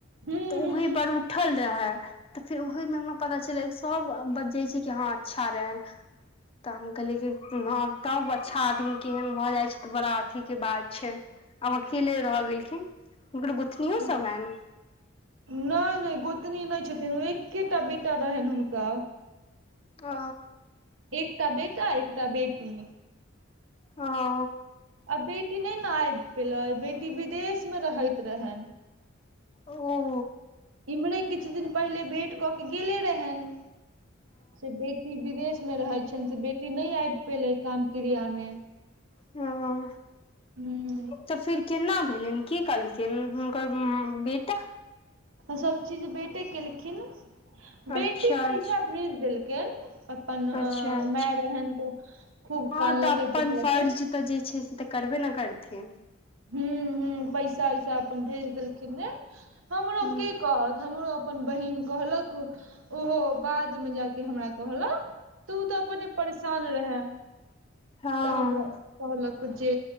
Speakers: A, on the right (about 80°); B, on the left (about 30°).
A: हूँ
B: तऽ ओही पर उठल रह है तऽ फेर ओहमे हमरा पता चल एक सब बजै छै कि हँ अच्छा रहै तऽ हम कहलियै कि ह तब अच्छा आदमी केहन भऽ जाइ छै तऽ बड़ा अथी के बात छै आब अकेले रहहि गेलखिन हुनकर गुथनो
A: हूँ
B: सब हैनि
A: नहि नहि गोतनी नहि छथिन ओ एकेटा बेटा रहनि हुनका
B: आ
A: एकटा बेटा एकटा बेटी
B: हँ
A: आ बेटी नहि ने आबि पेलै बेटी विदेश मे रहैत रहेन
B: ओ
A: इम्हरे किछु दिन पहिले भेँट कऽ के गेले रहल से बेटी विदेश मे रहै छ से बेटी नहि आबि पेले काम क्रिया मे
B: हँ
A: हूँ
B: तऽ फेर केना भेलनि की कहलखिन हुनकर बेटा
A: सब चीज बेटे केलखिन बेटी
B: अच्छा
A: पैसा
B: अच्छा
A: भेज देलखिन अपन अ
B: अच्छा अच्छा
A: माई रहे हन तो खूब
B: हँ
A: कानलक
B: तऽ अपन
A: पिटलक
B: फर्ज तऽ जे छै से तऽ करबे ने करथिन
A: ह ह पैसा उैसा अपन भेज देलखिन ने हमरो
B: ह
A: के कहत हमरो अपन बहिन कहलक ओहो बाद मे जाके हमरा कहलक तु अपने तऽ अपने परेशान रहए
B: हँ
A: तऽ हमरा कहलक जे